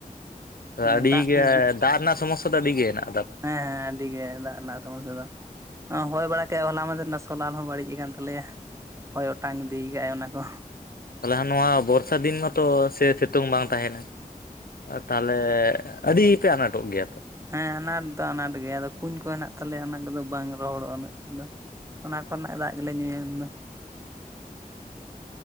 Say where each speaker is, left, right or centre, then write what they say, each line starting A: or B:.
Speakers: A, on the right; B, on the left.
A: ᱢᱟᱱᱮ
B: ᱚ ᱟᱹᱰᱤ
A: ᱫᱟᱜ
B: ᱜᱮ
A: ᱫᱤᱠ ᱫᱤᱭᱮ
B: ᱫᱟᱜ ᱨᱮᱱᱟᱜ ᱥᱚᱢᱚᱥᱥᱟ ᱫᱚ ᱟᱹᱰᱤ ᱜᱮ ᱦᱮᱱᱟᱜᱼᱟ?
A: ᱦᱮᱸ ᱦᱮᱸ ᱟᱹᱰᱤ ᱜᱮ ᱫᱟᱜ ᱨᱮᱱᱟᱜ ᱥᱚᱢᱚᱥᱥᱟ ᱫᱚ ᱦᱚᱭ ᱵᱟᱲᱟ ᱠᱮᱫ ᱦᱚᱞᱟ ᱢᱟᱫᱷᱮᱨ ᱱᱟᱥᱚᱞᱟᱞ ᱦᱚᱸ ᱵᱟᱹᱲᱤᱡ ᱟᱠᱟᱱ ᱛᱟᱞᱮᱭᱟ᱾ ᱦᱚᱭ ᱚᱴᱟᱝ ᱤᱫᱤᱭ ᱠᱮᱫᱼᱟᱭ ᱚᱱᱟ ᱠᱚ
B: ᱛᱟᱦᱚᱞᱮᱟᱱ ᱱᱚᱣᱟ ᱵᱚᱨᱥᱟ ᱫᱤᱱ ᱢᱟᱛᱚ ᱥᱮ ᱥᱤᱛᱩᱝ ᱵᱟᱝ ᱛᱟᱦᱮᱱᱟ ᱛᱟᱦᱚᱞᱮ? ᱮ ᱟᱹᱰᱤ ᱯᱮ ᱟᱱᱟᱴᱚᱜ ᱜᱮᱭᱟ ᱛᱮ?
A: ᱦᱮᱸ ᱟᱱᱟᱴ ᱫᱚ ᱟᱱᱟᱴ ᱜᱮ ᱟᱫᱚ ᱠᱩᱧ ᱠᱚ ᱦᱮᱱᱟᱜ ᱛᱟᱞᱮᱭᱟ ᱚᱱᱟ ᱠᱚᱫᱚ ᱵᱟᱝ ᱨᱚᱦᱚᱲᱚᱜᱼᱟ ᱩᱱᱟᱹᱜ ᱫᱚ᱾ ᱚᱱᱟ ᱠᱚᱨᱮᱱᱟᱜ ᱫᱟᱜ ᱜᱮᱞᱮ ᱧᱩᱭᱟ ᱩᱱᱫᱚ᱾